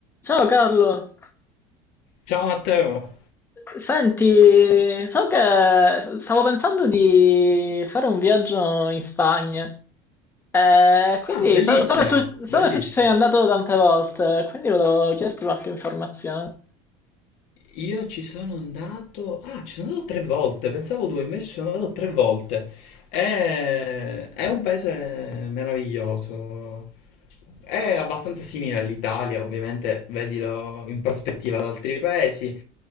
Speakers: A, on the left; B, on the left.
A: Ciao Carlo,
B: Ciao Matteo.
A: senti, so che stavo pensando di fare un viaggio in Spagna, Eh, quindi
B: Ah, bellissimo,
A: so, so che tu, so
B: bellissimo.
A: che tu ci sei andato tante volte, quindi volevo chiederti qualche informazione.
B: Io ci sono andato... Ah, ci sono andato tre volte, pensavo due, invece ci sono andato tre volte. È, è un paese meraviglioso. È abbastanza simile all'Italia, ovviamente, vedilo in prospettiva ad altri paesi.